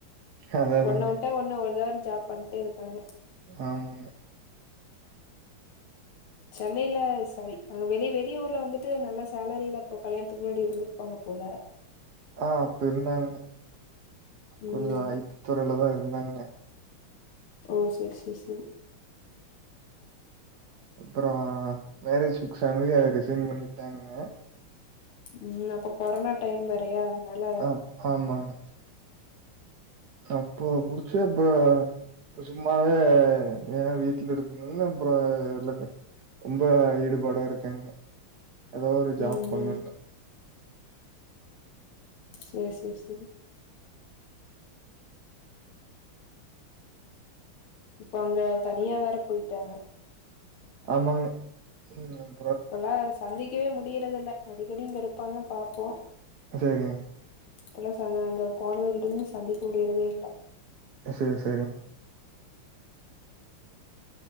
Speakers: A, on the right (about 55°); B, on the left (about 80°).
A: அதா அதாங்க
B: ஒண்ணு வுட்டா ஒண்ணு எதா ஒரு ஜாப் பண்ணிட்டே இருக்காங்க
A: ஆமாங்க
B: சென்னையில சாரி அங்க வெளி வெளியூர்ல வந்துட்டு நல்லா சேலரியில அப்ப கல்யாணத்துக்கு முன்னாடி இருந்திருப்பாங்க போல
A: ஆ அப்பிர்ந்தாங்கே
B: ம்
A: கொஞ்சோ ஐ டி துறைலேதா இருந்தாங்கே
B: ஓ செர் செர் செரி
A: அப்பறோ மேரேஜ் பிக்ஸ் ஆனதுவே ரிசைன் பண்ணிட்டாங்ககே
B: உம் அப்ப <unintelligible> கொரோனா டைம் வேரையா அதனால
A: ஆ ஆமாங்க அப்போ புடிச்சு அப்புற சும்மாவே ஏன் வீட்டுல இருக்கணும்னு அப்புற இல்ல ரொம்ப ஈடுபாடா இருக்கேங்க ஏதோ ஒரு ஜாப்
B: ம்
A: பண்ணணும்
B: ம் சரி சரி சரி இப்போ அங்க தனியா வேற போயிட்டாங்க
A: ஆமாங்க உம்
B: இப்பல்லாம் சந்திக்கவே முடியறது இல்ல அடிக்கடி இங்க இருப்பாங்க பார்ப்போம்
A: சரிங்க
B: இப்பல்லா ச அங்க போனதுல இருந்து சந்திக்க முடியறதே இல்லே
A: சேரி சேரிங்க